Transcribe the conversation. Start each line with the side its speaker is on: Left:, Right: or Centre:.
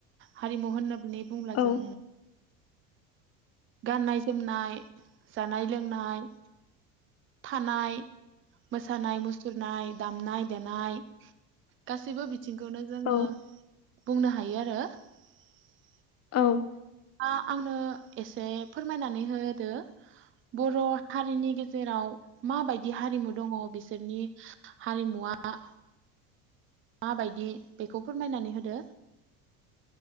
Right: हारिम होनना होननानै बुंब्ला
Left: औ
Right: जों गाननाय जोमनाय जानाय लोंनाय थानाय मोसानाय मुसुरनाय दामनाय देनाय गासैबो बि बिथिंखौनो जोंङो
Left: औ
Right: बुंनो हायो आरो। <unintelligible>
Left: औ
Right: आ आंनो एसे फोरमायनानै होदो बर' हारिनि गेजेराव माबायदि हारिमु दङ बिसोरनि हारिमुवा माबायदि बेखौ फोरमायनानै होदो